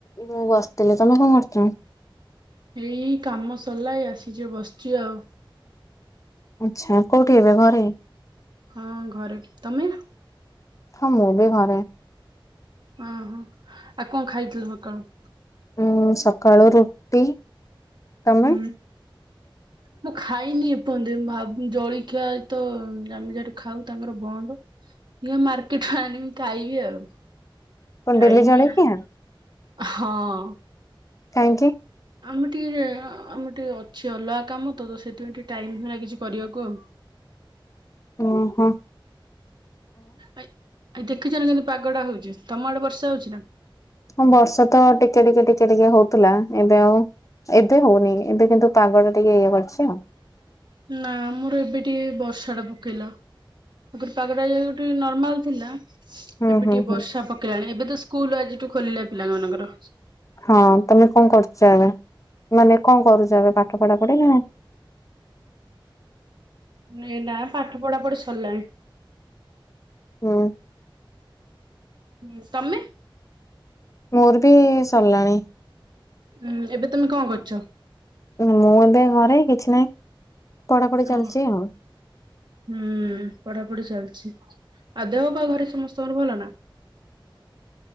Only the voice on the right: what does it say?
ଏଇ କାମ ସରିଲା ଏଇ ଆସିଛ ବସିଚ ଆଉ
ହଁ ଘରେ ତମେ?
ଓହୋ ଆଉ କଣ ଖାଇଥିଲୁ ସକାଳୁ
ହୁଁ
ମୁଁ ଖାଇନି ଏପଜତେ ଜଳଖିଆ ତ ଆମେ ଯଠି ଖାଉ ତାଙ୍କର ବନ୍ଦ ମାର୍କେଟ ରୁ ଆଣିବି ଖାଇବି ଆଉ
ଖାଇନି
ହଁ
ଆମେ ଟିକିେ ଆମର ଟିକିେ ଅଛି ଅଲଗା କାମ ତ ସେଥିପାଇଁ ଟିକେ ଟାଇମ୍ଁ କିଛି କରିବାକୁ ଆଉ
ଆ ଏ ଦେଖିଛ ନା କେମତି ପାଗଟା ହଉଛି ତମ ଆଡେ ବର୍ଷା ହଉଛି ନା
ନା ମୋର ଏବେ ଟିକେ ବର୍ଷା ଟା ପକେଇଲା ମୁଁ କହିଲି ପାଗଟା ଯୋଉଠି ନର୍ମାଲ ଥିଲା
ଏବେ
ଟିକେ
ବର୍ଷା ପକେଇାଣି ଏବେ ତ ସ୍କୁଲ ଆଜିଠୁ ଖୋଲିଲା ପିଲା ମାନଙ୍କର
ନାଇ ନା ପାଠ ପଢା ପଢି ସରିଲାଣି
ଉଁ ତମେ
ଉୁଁ ଏବେ ତମେ କଣ କରୁଛ
ଓ
ହୁଁ ପଢାପଢି ଚାଲିଛି ଆଉ ଦେହ ପା ଘରେ ସମସ୍ତଙ୍କର ଭଲ ନା